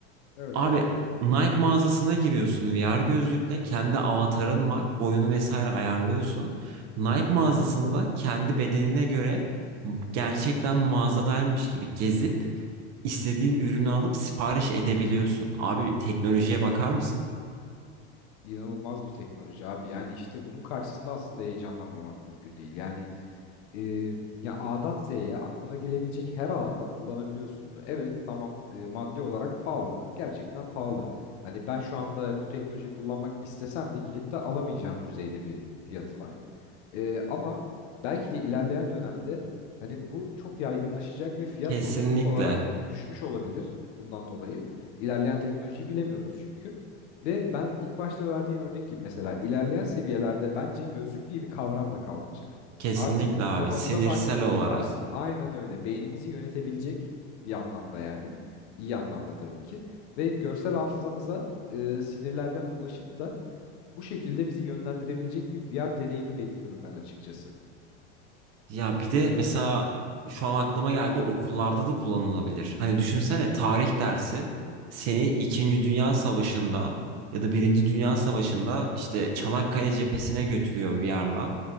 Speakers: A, on the left (about 75°); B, on the right (about 50°).
A: Evet
B: Abi
A: abi.
B: Nike mağazasına giriyorsun VR gözlükle kendi avatarın var. Boyunu vesaire ayarlıyorsun. Nike mağazasında kendi bedenine göre gerçekten mağazadaymış gibi gezip istediğin ürünü alıp sipariş edebiliyorsun. Abi teknolojiye bakar mısın?
A: İnanılmaz bir teknoloji abi. Yani işte bunun karşısında aslında heyecanlanmamak mümkün değil. Yani e, ya A'dan Z'ye aklına gelebilecek her alanda kullanabiliyorsun bunu. Evet tamam e, maddi olarak pahalı mı? Gerçekten pahalı. Hani ben şu anda bu teknolojiyi kullanmak istesem de gidip de alamayacağım düzeyde bir fiyatı var. E, ama belki de ilerleyen dönemde hani bu çok yaygınlaşacak ve fiyat
B: Kesinlikle.
A: da otomatik olarak düşmüş olabilir bundan dolayı. İlerleyen teknolojiyi bilemiyoruz çünkü. Ve ben ilk başta verdiğin örnek gibi mesela ilerleyen seviyelerde bence gözlük diye bir kavram da kalmayacak.
B: Kesinlikle
A: Artık
B: abi
A: kafamıza
B: sinirsel
A: taktığımız
B: olarak
A: o tarz aynen öyle beynimizi yönetebilecek bir anlamda yani. iyi anlamda tabii ki. Ve görsel hafızamıza e, sinirlerden ulaşıp da bu şekilde bizi yönlendirebilecek bir VR deneyimi bekliyorum ben açıkçası.
B: Ya bir de mesela şu an aklıma geldi okullarda da kullanılabilir. Hani düşünsene tarih dersi seni İkinci Dünya Savaşı'nda ya da Birinci Dünya Savaşı'nda işte Çanakkale cephesine götürüyor VR'la.